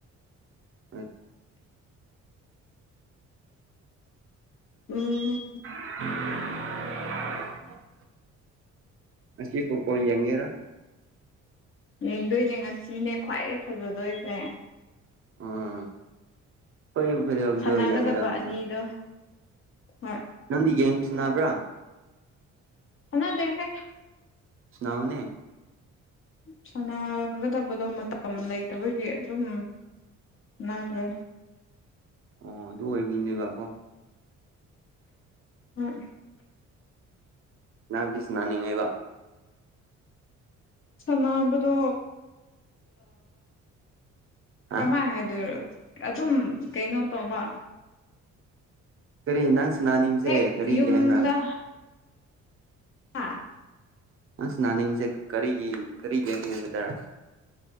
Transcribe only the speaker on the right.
ꯑ
<unintelligible> ꯉꯁꯤ ꯐꯨꯕꯣꯜ ꯌꯦꯡꯒꯦꯔꯥ
ꯑꯥ ꯍꯣꯏ ꯐꯖꯕꯗꯣ
ꯌꯦꯡꯒꯗꯕꯅꯤ
ꯅꯪ ꯒꯦꯝ ꯁꯥꯅꯕ꯭ꯔꯥ
ꯁꯥꯅꯧꯅꯦ
ꯑꯣ ꯑꯗꯨ ꯑꯣꯏꯕꯤꯅꯦꯕꯀꯣ
ꯁꯥꯟꯅꯕꯨꯗꯤ ꯁꯥꯟꯅꯅꯤꯡꯉꯦꯕ
ꯍꯥ
ꯀꯔꯤ ꯅꯪ ꯁꯥꯟꯅꯅꯤꯡꯕꯁꯦ
ꯀꯔꯤ
ꯒꯦꯝꯔꯥ
ꯅꯪ ꯅꯥꯅꯤꯡꯁꯦ ꯀꯔꯤꯒꯤ ꯀꯔꯤ ꯒꯦꯝꯒꯨꯝꯒꯗꯔ